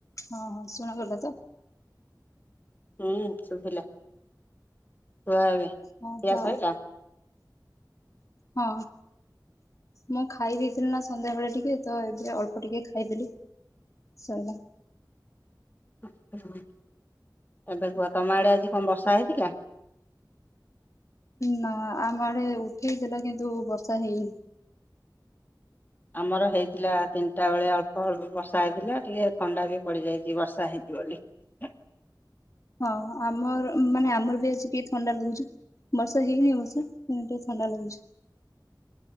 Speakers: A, on the left; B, on the left.
A: ହଁ ହଁ ଶୁଣ ଗଲା ତ।
B: ହୁଁ ଶୁଭିଲା କୁଆ ଏବେ। ଖିଆ
A: ହଉ ତ
B: ସଇଲା?
A: ହଁ। ମୁଁ ଖାଇ ଦେଇେଇଥିଲି ନା ସନ୍ଧ୍ୟାବେେଳେ ଟିକେ ତ ଏବେ ଅଳ୍ପ ଟିକେ ଖାଇଦେଲି ଶଣ
B: ହ ହ। ଏବେ କୁହ ତମ ଆଡେ ଆଜି କଣ ବର୍ଷା ହେଇଥିଲା।
A: ନା ଆମଡେ ଉଠେଇ ଦେଥିଲା କିନ୍ତୁ ବର୍ଷା ହେଇନି।
B: ଆମର ହେଇଥିଲା ତିନିଟା ବେଳେ ଅଳ୍ପ ଅଳ୍ପ ବର୍ଷା ହେଇଥିଲା ଟିକେ ଥଣ୍ଡା ବି ପଡିଯାଇଛି ବର୍ଷା ହେଇ <unintelligible>
A: ହଁ ଆମର ମାନେ ଆମର ବି ଆଜିି ଟିକେ ଥଣ୍ଡା ଲାଗୁଛି। ବର୍ଷ ହେ ନହିଁ ଅବସ କି ଥଣ୍ଡା ଲାଗୁଛି।